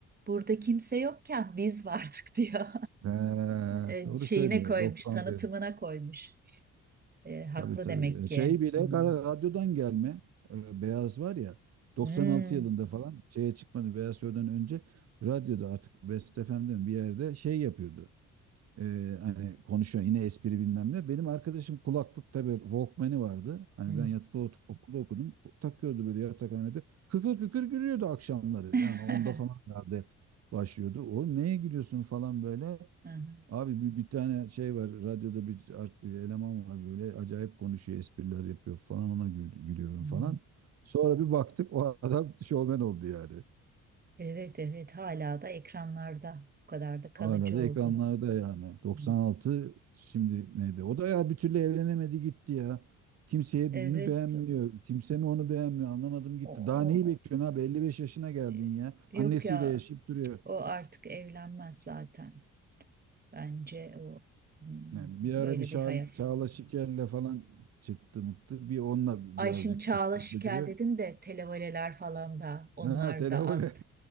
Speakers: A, on the right; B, on the right.
A: Burada kimse yokken biz vardık <laughs> diyor.
B: Ve
A: E,
B: doğru
A: Şeyine
B: söylüyor
A: koymuş,
B: 91.
A: tanıtımına koymuş. E, haklı
B: Tabii tabii.
A: demek
B: E,
A: ki.
B: Şey bile
A: Hmm.
B: kara- radyodan gelme eee, beyaz var ya 96
A: Hmm.
B: yılında falan şeye çıkmadı Beyaz Show'dan önce radyoda artık Best FM'de mi bir yerde şey yapıyordu. Ee, hani konuşuyor yine espri bilmem ne. Benim arkadaşım kulaklıkta bir Walkman'i vardı. Hani
A: Hmm.
B: ben yatılı ot- okulda okudum. Takıyordu böyle yatakhanede. Kıkır kıkır gülüyordu akşamları.
A: <laughs>
B: Yani onda falan herhalde başlıyordu. Oğlum neye gülüyorsun falan böyle.
A: Hı hı.
B: Abi bir, bir tane şey var radyoda bir ar- eleman var böyle acayip konuşuyor espriler yapıyor falan ona gül- gülüyorum
A: Hmm.
B: falan. Sonra bir baktık o adam <laughs> şovmen oldu yani.
A: Evet evet hala da ekranlarda bu kadar da kalıcı
B: Hala da
A: oldu.
B: ekranlarda yani. 96
A: Hmm.
B: şimdi neydi? O da ya bir türlü evlenemedi gitti ya. Kimseye mi
A: Evet
B: beğenmiyor? Kimse mi onu beğenmiyor? Anlamadım gitti.
A: o, o-
B: Daha neyi bekliyorsun abi? 55 yaşına geldin
A: e,
B: ya.
A: yok
B: Annesiyle
A: ya
B: yaşayıp duruyor.
A: o artık evlenmez zaten bence o hmm,
B: Yani
A: böyle
B: bir ara bir Şa-
A: bir hayat.
B: Çağla Şiker'le falan çıktı mıktı. Bir onunla
A: Ay
B: birazcık
A: şimdi Çağla
B: tutturdu
A: Şikel
B: gibi.
A: dedin de televoleler falan da onlar
B: Ha televole.
A: da az.